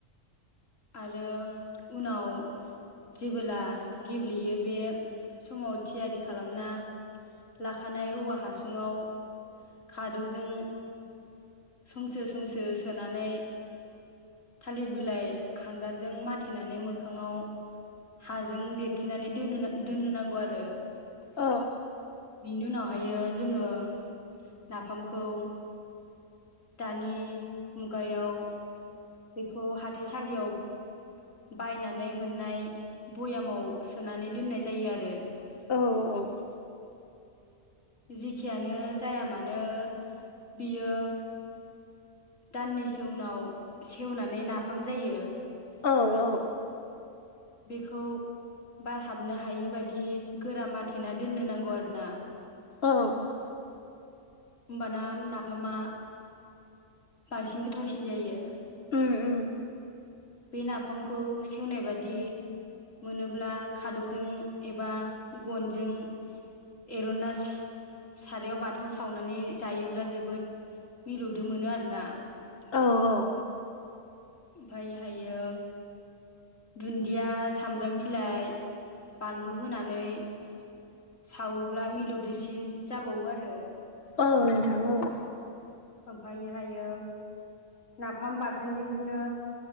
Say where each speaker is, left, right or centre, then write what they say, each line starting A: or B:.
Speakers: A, on the left; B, on the left.
A: आरो उनाव जेबोला गेब्लेयो बे समाव थियारि खालामना लाखानाय औवा हासुङाव खादौजों संसो-संसो सोनानै थालिर बिलाइ हांगारजों माथेनानै मोखाङाव हाजों लिरथेनानै दोन- दोननो नांगौ आरो।
B: औ
A: बिनि उनावहायो जोङो नाफामखौ दानि मुगायाव बेखौ हाथाइसालियाव बायनानै मोननाय भयामाव सोनानै दोननाय जायो आरो।
B: औ औ
A: जेखियानो जाया मानो बियो दाननैसो उनाव सेवनानै नाफाम जायो।
B: औ-औ।
A: बेखौ बारहाबनो हायि बादि गोरा आाथेना दोननो नांगौ आरो ना।
B: औ।
A: होमबाना नाफामा बांसिन गोथावसिन जायो।
B: उम-उम।
A: बे नाफामखौ सेवनाय बादि मोनोब्ला खादौजों एबा गनजों एर'नना सा सारायाव बाथोन सावनानै जायोब्ला जोबोद मिलौदो मोनो आरोना।
B: औ औ
A: आमफायहायो दुन्दिया सामब्राम बिलाइ बानलु होनानै सावोब्ला मिलौदोसिन जाबावो आरो
B: औ नोंथां औ
A: आमफायोहायो नाफाम बाथोनजोंबोनो